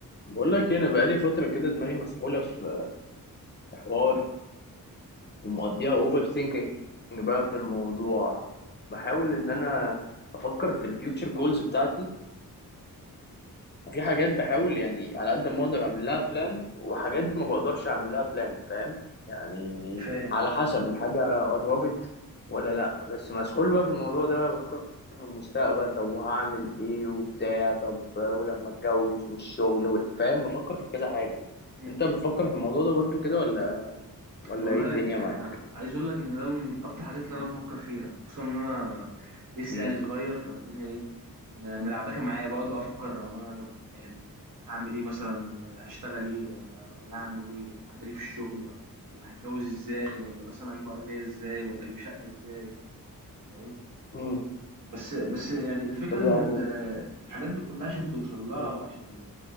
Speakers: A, on the left; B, on the right.
A: بقول لك إيه، انا بقالي فتره كده دماغي مسحوله في حوار ومقضيها اوفر ثينكينج بقى في الموضوع بحاول ان انا افكر في الفيوتشر جولز بتاعتي وفي حاجات بحاول يعني على قد ما اقدر اعمل لها بلان وحاجات ما بقدرش اعمل لها بلان فاهم يعني
B: فاهم
A: على
B: آه.
A: حسب الحاجة قربت ولا لا بس مسحول بقى في الموضوع ده بقى بفكر في المستقبل طب وهعمل ايه وبتاع طب ولما اتجوز والشغل و... فاهم بفكر في كذا حاجة
B: إمم.
A: انت بتفكر في الموضوع ده برضو كده ولا ولا
B: والله
A: ايه الدنيا
B: أنا
A: معاك
B: عايز أقول لك إن ده من أكتر الحاجات اللي أنا إمم. بافكّر فيها، خصوصًا إن أنا لسه
A: امم
B: يعني صغير، فالدنيا إيه، م ملعبكة معايا، باقعد بقى أفكّر هو أنا طَب يعني هاعمل إيه مثلًا، هاشتغل إيه والّا والّا هاعمل إيه والّا هاعمل إيه في الشغل والّا والّا هاتجوّز إزاي والّا مثلًا هاجيب عربية إزاي والّا أجيب شقة إزاي، فاهم؟
A: امم
B: بس بس يعني الفكرة
A: طب
B: إن
A: يعني
B: ال الحاجات دي كُلّها عشان توصل لها
A: مم.
B: وعشان